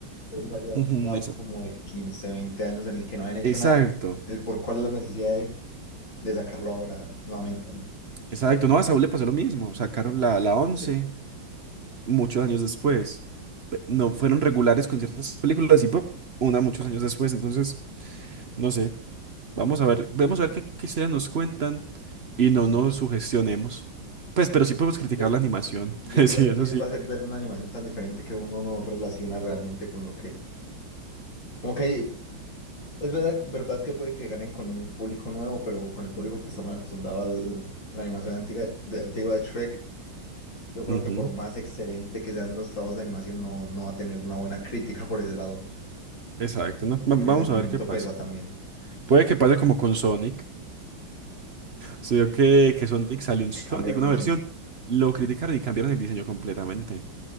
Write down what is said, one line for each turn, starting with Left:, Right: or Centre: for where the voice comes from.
Left: Él va a llevar
Right: Ujú,
Left: un gap
Right: esa-
Left: como de 15 20 años en el que no habían hecho
Right: Exacto,
Left: nada. El por cuál la necesidad de de sacarlo ahora nuevamente.
Right: exacto. No, a Saúl le pasó lo mismo. Sacaron la, la once
Left: Sí.
Right: muchos años después. Pe- No fueron regulares con ciertas películas y pop, una muchos años después. Entonces, no sé. Vamos a ver, vamos a ver qué, qué historias nos cuentan y no
Left: sí,
Right: nos
Left: sí.
Right: sugestionemos. Pues, pero sí podemos criticar
Left: Yo,
Right: la animación.
Left: Yo-
Right: <laughs>
Left: Lo
Right: Sí,
Left: difícil
Right: eso sí.
Left: va a ser ver una animación tan diferente que uno no relaciona realmente con lo que... Como que hay- es verdad, verdad que puede que ganen con un público nuevo, pero con el público que está muy acostumbrado a la animación antigua de, antigua de Shrek, yo creo
Right: Ujú,
Left: que por más excelente que sean los trabajos de animación, no, no va a tener una buena crítica por ese lado,
Right: Exacto, ¿no?
Left: porque
Right: Va- vamos
Left: el sentimiento
Right: a ver qué pasa.
Left: pesa también,
Right: Puede que pase como con Sonic. Se vio que, que Sonic salió un
Left: que
Right: Sonic,
Left: cambiaron
Right: una
Left: el diseño.
Right: versión. Lo
Left: Sí.
Right: criticaron y cambiaron el diseño completamente.